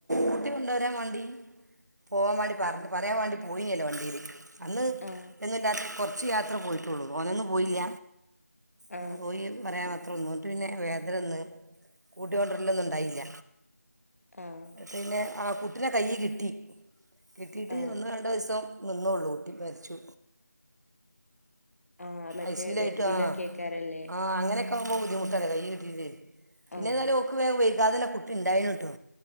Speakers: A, on the right (about 75°); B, on the left (about 55°).
A: കൂട്ടിക്കൊണ്ടോരാൻ വാണ്ടി പോവാൻ വേണ്ടി പർഞ്ഞ് പറ്യാൻ വാണ്ടി പോയിന്യേല്ലോ വണ്ടീല് അന്ന്
B: ആഹ്
A: എന്നുല്ലാത്ത കൊർച്ച് യാത്ര പോയിട്ടൊള്ളൂ തോനൊന്നും പോയില്ല അ
B: ആഹ്
A: പോയി പറ്യാ മാത്ര <unintelligible> ന്നട്ട് പിന്നെ വേദന വന്ന് കൂട്ടി കൊണ്ട്രെലൊന്നുണ്ടായില്ല.
B: ആഹ്
A: ന്നട്ട് പിന്നെ ആ കുട്ടിനെ കയ്യി കിട്ടി കിട്ടിട്ട്
B: ആഹ്
A: ഒന്നോ രണ്ടോ ഇസം നിന്നോള്ളൂ കുട്ടി മരിച്ചു.
B: ആഹ് മറ്റേ
A: ഐ സി യു ലായിട്ട്
B: വെ ഇതിലൊക്കെക്കാരല്ലേ
A: ആഹ് ആഹ് അങ്ങനെ ക്കാവുമ്പം ബുദ്ധിമുട്ടല്ലെ കൈ കിട്ടീട്ട് പിന്നെതാലും
B: ആഹ്
A: ഓക്ക് വേം വൈകാതെന്നെ കുട്ടി ണ്ടായിണ് ട്ടോ